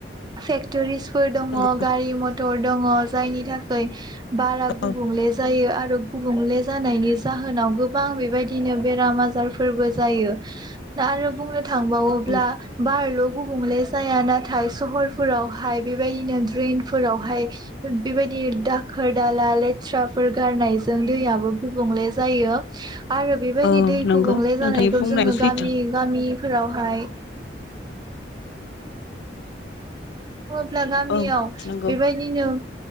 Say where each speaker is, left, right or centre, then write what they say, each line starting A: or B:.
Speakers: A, on the right; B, on the left.
A: फेक्ट'रिस फोर दङ
B: नंगौ
A: गारि मथ टर दङ जायनि थाखै बारा गुबुंले
B: औ
A: जायो आरो गुबुंले जानायनि जाहोनाव गोबां बेबायदिनो बेराम आजार फोरबो जायो दा आरो बुंनो थांबावोब्ला
B: नंगौ
A: बारल' गुबुंले जाया नाथाय सहरफोरावहाय बेबायदिनो ड्रेन फोरावहाय बेबायदि दाखोर दाला लेथ्राफोर गारनायजों दैयाबो गुबुंले जायो आरो बेबायदि
B: औ
A: दै
B: नंगौ
A: गुबुंले
B: नोंथांनि
A: जानायखौ
B: बुंनायाबो
A: जोङो
B: सैथो
A: गामि-गामि फोरावहाय ब्ला गामियाव
B: औ नंगौ
A: बेबायदिनो